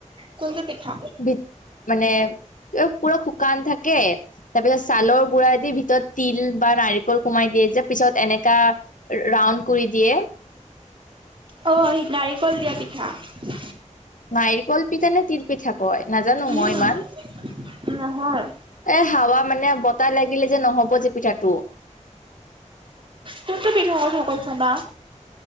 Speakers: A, on the right; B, on the left.
A: কোনটো পিঠা?
B: বিত মানে পুৰা শুকান থাকে৷ তাৰ পিছত ছালৰ গুৰা দি ভিতৰত তিল বা নাৰিকল সোমাই দিয়ে যে পিছত এনেকা ৰাউণ্ড কৰি দিয়ে৷
A: অ সেই নাৰিকল দিয়া পিঠা৷
B: নাৰিকল পিঠা নে তিল পিঠা কয় নাজানো
A: উম
B: মই ইমান৷
A: নহয়৷
B: এই হাৱা মানে বতাহ লাগিলে যে নহব যে পিঠাটো৷
A: কোনটো পিঠা কথা কৈছা বা!